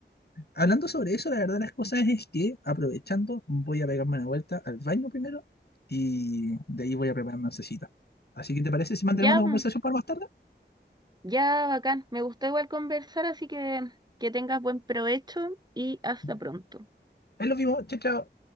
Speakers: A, on the left (about 60°); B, on the right (about 20°).
A: Hablando sobre eso, la verdad de las cosas es que, aprovechando, voy a pegarme una vuelta al baño primero y de ahí voy a preparar una cita. Así que, ¿te parece si mantenemos
B: Ya,
A: la
B: mm,
A: conversación para más tarde?
B: ya, bacán. Me gustó igual conversar, así que que tengas buen provecho y hasta
A: Dale.
B: pronto.
A: Ahí los vimos, chao, chao.